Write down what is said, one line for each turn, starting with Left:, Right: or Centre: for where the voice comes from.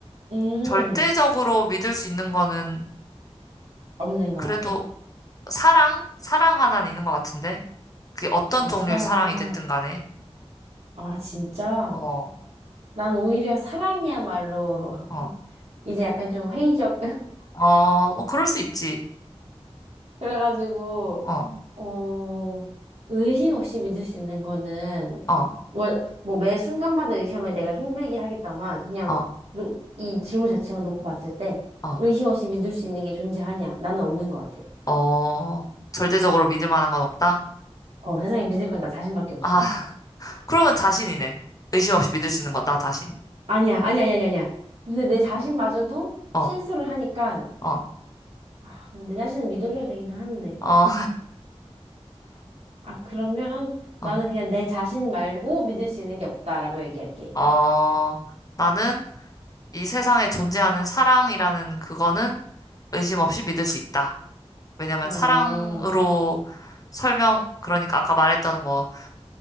Right: 음,
Left: 절대적으로 믿을 수 있는 거는
Right: 없는 것
Left: 그래도
Right: 같아.
Left: 사랑? 사랑 하나는 있는 것 같은데 그게 어떤
Right: 어,
Left: 종류의
Right: 사랑.
Left: 사랑이 됐든 간에
Right: 아, 진짜.
Left: 어,
Right: 난 오히려 사랑이야말로
Left: 어,
Right: <laughs> 이제 약간 좀 회의적.
Left: 어, 뭐 그럴 수 있지
Right: 그래가지고,
Left: 어,
Right: 어, 의심 없이 믿을 수 있는 거는,
Left: 어,
Right: 뭐, 뭐 매 순간마다 의심을 내가 힘들게 하겠다만, 그냥,
Left: 어,
Right: 노, 이 질문 자체만 놓고 봤을 때,
Left: 어,
Right: 의심 없이 믿을 수 있는 게 존재하냐? 나는 없는 것 같아.
Left: 어 절대적으로 믿을 만한 건 없다?
Right: 어, 세상에 믿을 건 나 자신밖에 없어.
Left: 아, <laughs>
Right: 어,
Left: 그러면 자신이네 의심 없이 믿을 수 있는 것 나 자신
Right: 아니야, 아니야, 아니야, 아니야. 아니야. 근데 내 자신마저도
Left: 어,
Right: 실수를 하니까,
Left: 어,
Right: 아, 내 자신은 믿어줘야 되긴 하는데.
Left: 어,
Right: 아, 그러면 나는
Left: <laughs> 어.
Right: 그냥 내 자신 말고 믿을 수 있는 게 없다라고 얘기할게.
Left: 어, 나는 이 세상에 존재하는 사랑이라는 그거는 의심 없이 믿을 수 있다. 왜냐면
Right: 어.
Left: 사랑으로 설명, 그러니까 아까 말했던 뭐